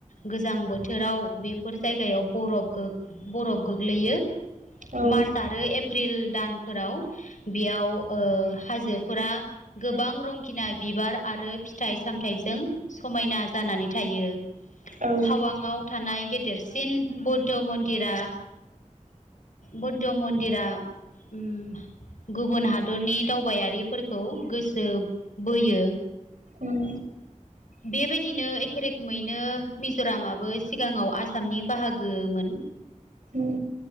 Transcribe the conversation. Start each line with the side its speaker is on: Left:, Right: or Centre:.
Left: गोजां बोथोराव बेफोर जायगायाव बरफ गो बरफ गोग्लैयो।
Right: औ
Left: मार्च आरो एप्रिल दानफोराव बेयाव ओ हाजोफोरा गोबां रंखिना, बिबार आरो फिथाइ सामथाइजों समायना जानानै थायो।
Right: औ
Left: थावाङाव थानाय, गेदेरसिन बौद्ध मन्दिरा बौद्ध मन्दिरा, उम गुबुन हादरनि दावबायारिफोरखौ गोसो बोयो,
Right: उम
Left: बेबायदिनो एखे रोखोमैनो मिजरामाबो सिगाङाव आसामनि बाहागोमोन
Right: उम